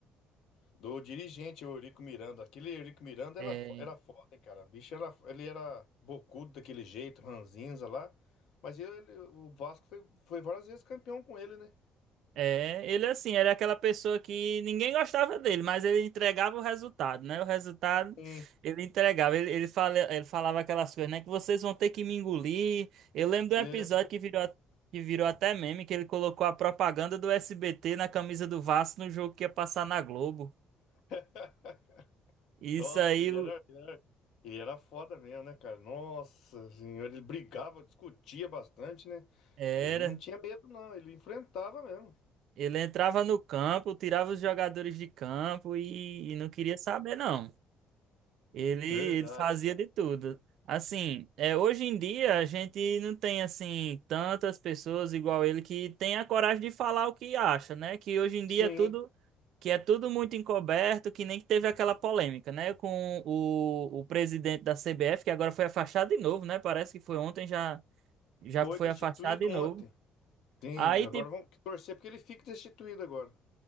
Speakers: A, on the left; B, on the right.
A: Do dirigente, o Eurico Miranda. Aquele Eurico Miranda era,
B: é,
A: fo- era foda, hein, cara. O bicho era, ele era bocudo daquele jeito, ranzinza lá. Mas ele, ele- o Vasco foi, foi várias vezes campeão com ele, né?
B: É, ele assim, era aquela pessoa que ninguém gostava dele, mas ele entregava o resultado, né? O resultado
A: Sim.
B: ele entregava. Ele, ele, fala, ele falava aquelas coisas, né? Que vocês vão ter que me engolir. Eu lembro de
A: É.
B: um episódio que virou, a- que virou até meme, que ele colocou a propaganda do SBT na camisa do Vasco no jogo que ia passar na Globo.
A: <laughs>
B: Isso
A: Nossa,
B: aí
A: ele era, ele era, ele era foda mesmo, né, cara? Nossa senhora, ele brigava, discutia bastante, né?
B: era.
A: E ele não tinha medo, não. Ele enfrentava mesmo.
B: Ele entrava no campo, tirava os jogadores de campo e, e não queria saber, não. Ele,
A: Verdade.
B: ele fazia de tudo. Assim, é, hoje em dia a gente não tem assim tantas pessoas igual ele que tem a coragem de falar o que acha, né? Que hoje em
A: Sim,
B: dia é tudo que é tudo muito encoberto, que nem que teve aquela polêmica, né? Com o, o presidente da CBF, que agora foi afastado de novo, né? Parece que foi ontem já já
A: foi
B: foi
A: destituído
B: afastado de
A: ontem.
B: novo.
A: Sim,
B: Aí,
A: agora vamos torcer porque ele fique destituído agora.